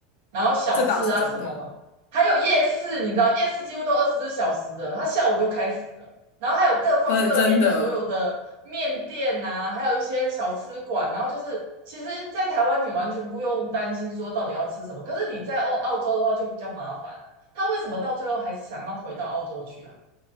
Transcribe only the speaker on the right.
然后小吃啊什么，
还有夜市，你知道夜市几乎都二十四小时的，它下午就开始了。然后还有各方各面的所有的面店呐、
啊还有一些小吃馆，然后就是其实，在台湾你完全不用担心说到底要吃什么，可是你在澳澳洲的话就比较麻烦了。他为什么到最后还是想要回到澳洲去啊？